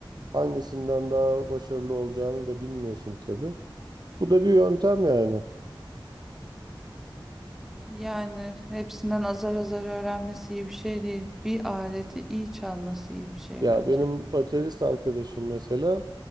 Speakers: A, on the right; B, in the centre.
A: Hangisinden daha başarılı olacağını da bilmiyorsun tabii. Bu da bir yöntem yani.
B: yani hepsinden azar azar öğrenmesi iyi bir şey değil. Bir aleti iyi çalması iyi bir şey
A: Ya
B: bence.
A: benim baterist arkadaşım mesela